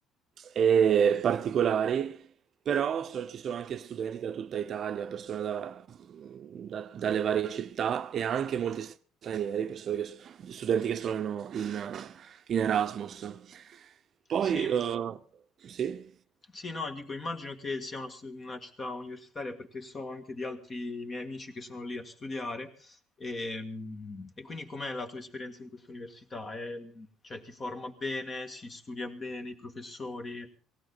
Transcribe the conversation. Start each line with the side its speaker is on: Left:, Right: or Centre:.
Right: e particolari, però so- ci sono anche studenti da tutta Italia, persone da- da- dalle varie città e anche molti stranieri, persone che so- studenti che sono in, in Erasmus. Poi,
Left: Sì,
Right: eh, sì?
Left: sì, no, dico, immagino che sia una, stu- una città universitaria perché so anche di altri miei amici che sono lì a studiare. Ehm, E, quindi com'è la tua esperienza in questa università? È- cioè, ti forma bene, si studia bene, i professori?